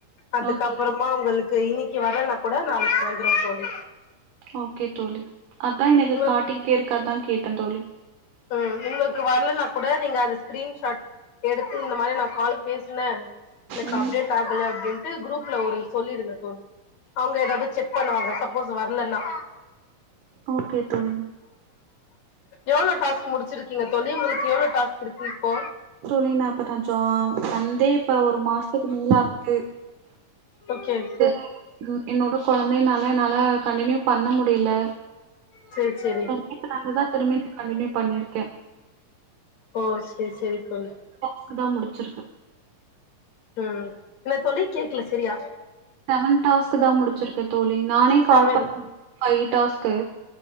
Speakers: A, on the left; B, on the right.
A: அதுக்கப்பறமா
B: ஓகே தோழி
A: உங்களுக்கு இன்னைக்கு வரலன்னா கூட நாளைக் வந்துரு தோழி
B: ஓகே தோழி அதா எனக்கு
A: உங்களுக்கு
B: காட்டிக்கிட்டே இருக்கு அதா கேட்டே தோழி
A: ம் உங்களுக்கு வரலன்னா கூட நீங்க அது ஸ்கிரீன்ஷாட் எடுத்து இந்த மாரி நா கால் பேசி என்ன எனக்கு
B: ம்
A: அப்டேட் ஆகல அப்டின்ட்டு குரூப்ல ஒரு சொல்லிருங்க அவுங்க ஏதாது செக் பண்ணுவாங்க சப்போஸ் வரலன்னா
B: ஓகே தோழி
A: எவ்ளோ டாஸ்க் முச்சிருக்கீங்க தோழி உங்களுக்கு எவ்ளோ டாஸ்க் இருக்கு இப்போ
B: தோழி நா இப்பதான் ஜாப் வந்தே இப்ப ஒரு மாசத்துக்கு மேல ஆகுது
A: ஓகே
B: <inaudible> என்னோட குழந்தைன்னால என்னால கண்டினியூ பண்ண முடியியல
A: சேர் சேரி
B: நேத்து வந்து தா திரும்பி ந கண்டின்யூ பண்ணிருக்கே
A: ஓ சேரி சேரி தோழி
B: டாஸ்க் தா முடிச்சிருக்கே
A: ம் என்ன தோழி கேக்ல சரியா
B: செவன் டாஸ்க் தா முடிச்சிருக்க தோழி நானே
A: செவன்
B: கால் பண்ண ஃபை டாஸ்கு